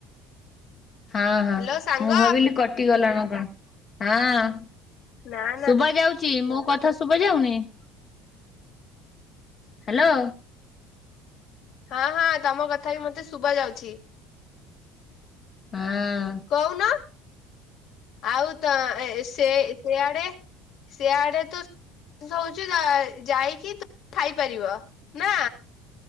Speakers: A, on the left; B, on the left.
A: ହଁ, ହଁ
B: ହ୍ୟାଲୋ ସାଙ୍ଗ
A: ମୁଁ ଭାବିଲି କ ଗଲା କଣ ହଁ
B: ନା ନା
A: ଶୁଭ ଯାଉ ମୋ କଥା ଶୁଭ ଯାଉନି ହ୍ୟାଲୋ।
B: ହଁ, ହଁ ତମ କଥା ବି ମତେ ଶୁଭା ଯାଉଛି।
A: ହଁ।
B: କହୁନ? ଆଉ ତ ସେ ସେଆଡେ ସେଆଡେ ତ ହଉଚି ଯାଇକି ତୁ ଖାଇପାରିବ ନା?